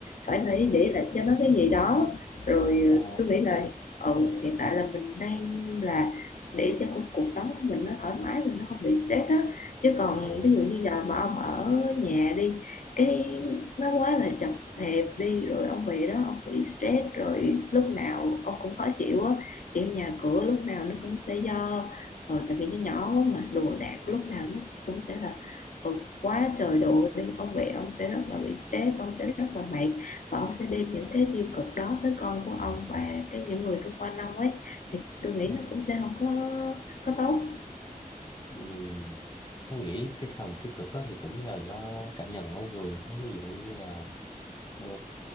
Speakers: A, on the left; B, on the left.
A: phải phải để lại cho nó cái gì đó rồi
B: ồ
A: ờ, tôi nghĩ là ừ, hiện tại là mình đang là để cho cuộc, cuộc sống của mình nó thoải mái và nó không bị stress á chứ còn
B: ờ
A: ví dụ như giờ mà ông ở nhà đi cái nó quá là chật hẹp đi rồi ông về đó ông bị stress rồi lúc nào ông cũng khó chịu á kiểu nhà cửa lúc nào nó cũng sẽ do ờ, tại vì nó nhỏ mà đồ đạc lúc nào nó cũng sẽ là ừ, quá trời đồ đi ông mẹ ông sẽ rất là bị stress ông sẽ rất là mệt và ông sẽ đem những cái tiêu cực đó tới con của ông và cái những người xung quanh ông ấy thì tôi nghĩ
B: ừ
A: nó cũng sẽ không có có tốt
B: ừ Tôi nghĩ cái phần tích cực đó thì cũng là do cảm nhận của mỗi người thôi ví dụ như là ờ,